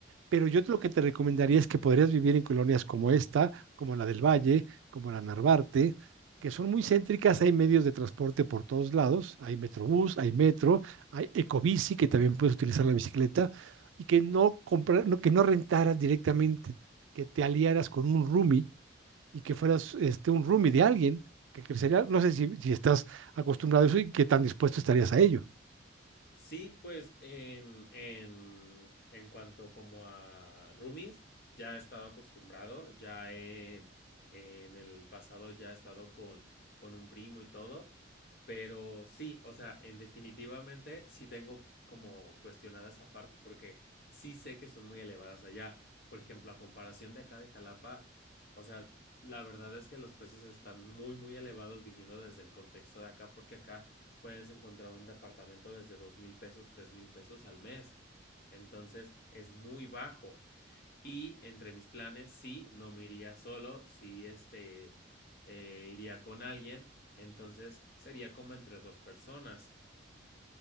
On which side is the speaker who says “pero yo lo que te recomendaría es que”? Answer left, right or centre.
Right